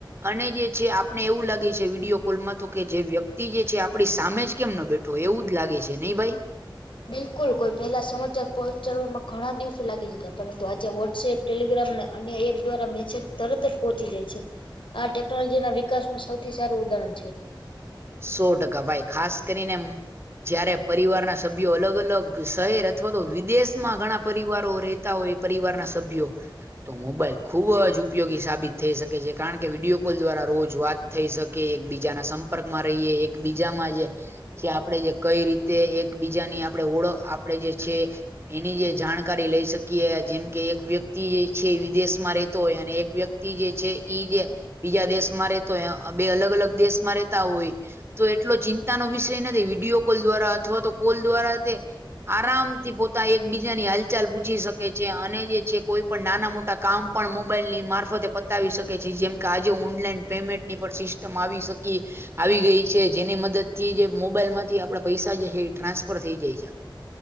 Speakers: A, on the right (about 30°); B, on the left (about 90°).
A: અને જે છે, આપને એવું લાગે છે, વિડીયો કોલમાં તો કે જે વ્યક્તિ જે છે, આપડી સામે જ કેમ ન બે થો એવુંદ લાગે છે, નઈ ભાઈ.
B: બિલકુલ, કોઈ પેલા સમાચાર પહોંચાડવામાં ઘણા દિવસો લાડબી જતા, પરંતુ આજે વોટ્સએપ ટેલિગ્રામના અન્ય એક દ્વારા મેછેજ તરત જ પોચી જાય છે. આ ટેકટોલોજીના વિકાસ નું સૌથી સારું ઉદાહરણ છે.
A: સો ટકા ભાઈ, ખાસ કરીને જ્યારે પરિવારના સભ્યો અલગ-અલગ શહેર અથવા તો વિદેશમાં ગણા પરિવારો રેતા હોય, પરિવારના સભ્યો તો મોબાઈલ ખુબ જ ઉપયોગી સાબિત થેય શકે, જે કારણ કે વિડીયો કોલ દ્વારા રોજ વાત થેય શકે, એકબીજાના સંપર્કમાં રઈએ, એકબીજામાં જે સે આપડે જે કઈ રીતે એ-એ-એકબીજાની આપણે ઓળખ આપડે જે છે. એની જે જાણકારી લેઈ શકીએ, જેમ કે એક વ્યક્તિ જે છે, વિદેશમાં રેહતો હોય, અને એક વ્યક્તિ જે છે, ઈ જે બીજા દેશમાં રેતો વેય, અ બે અલગ-અલગ દેશમાં રે તા ઓય તો એટલો ચિંતાનો વિષય નથી, વિડીયો કોલ દ્વારા અથવા તો કોલ દ્વારા તે આરામથી પોતા એકબીજાની હાલચાલ પૂછી શકે છે, અને જે છે, કોઈ પણ નાના-મોટા કામ પણ મોબાઈલની મારફતે પતાવી શકે, જી જેમ કે આજે ઓનલાઈન પેમેન્ટની પણ સિસ આવી શકી. આવી ગઈ છે, જેની મદદ થી જે મોબાઈલ માંથી આપડા પૈસા જે છે, એ ટ્રાન્સફર થઈ જાય છે.